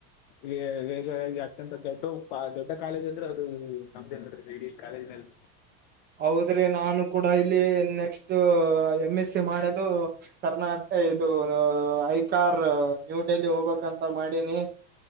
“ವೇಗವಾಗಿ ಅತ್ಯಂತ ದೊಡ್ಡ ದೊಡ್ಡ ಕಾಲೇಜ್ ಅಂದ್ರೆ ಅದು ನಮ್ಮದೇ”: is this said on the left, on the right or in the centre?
Left